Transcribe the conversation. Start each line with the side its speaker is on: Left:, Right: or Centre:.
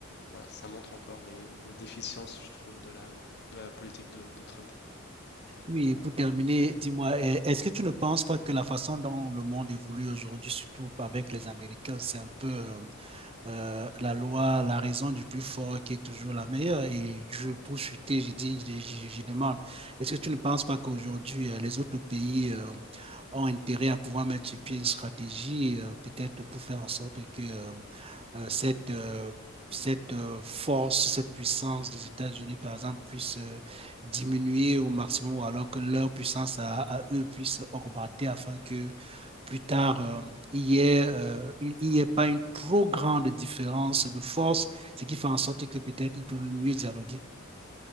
Left: voilà, ça montre encore les, les déficiences, je trouve, de la, de la politique de, de Trump.
Right: Oui, pour terminer, dis-moi, est-ce que tu ne penses pas que la façon dont le monde évolue aujourd'hui, surtout avec les Américains, c'est un peu euh, euh, la loi, la raison du plus fort qui est toujours la meilleure Et je, pour chuter, je, dis, je, je, demande, est-ce que tu ne penses pas qu'aujourd'hui, euh, les autres pays euh, ont intérêt à pouvoir mettre sur pied une stratégie, euh, peut-être pour faire en sorte que euh, euh, cette, euh, cette euh, force, cette puissance des États-Unis, par exemple, puisse euh, diminuer au maximum ou alors que leur puissance à, à eux puisse augmenter afin que plus tard, euh, il n'y ait, euh, ait, pas une trop grande différence de force, ce qui fait en sorte que peut-être ils peuvent mieux dialoguer.